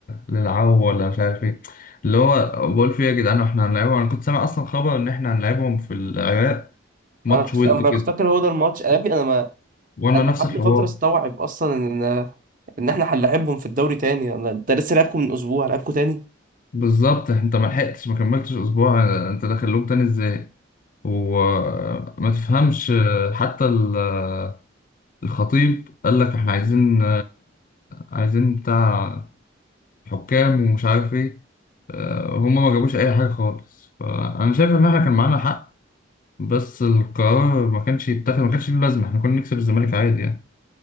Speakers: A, on the left; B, on the right.
A: للعو ولا مش عارف ايه اللي هو بقول فيه يا جدعان احنا هنلعبهم انا كنت سامع اصلا خبر ان احنا هنلعبهم في العراق ماتش
B: انا كنت
A: ود
B: انا
A: كده
B: <laughs> كنت فاكر هو ده الماتش امي انا ما
A: وانا
B: انا
A: نفس
B: قعدت
A: الحوار
B: فتره استوعب اصلا ان ان احنا هنلاعبهم في الدوري تاني انا انت لسه لعبكم من اسبوع لعبكم تاني
A: بالظبط انت ما لحقتش ما كملتش اسبوع انت دخلوك تاني ازاي وما تفهمش حتى ال- الخطيب قال لك احنا عايزين عايزين بتاع حكام ومش عارف ايه هما ما جابوش اي حاجه خالص فانا شايف ان احنا كان معانا حق بس القرار ما كانش يتاخد ما كانش له لازمه احنا كنا نكسب الزمالك عادي يعني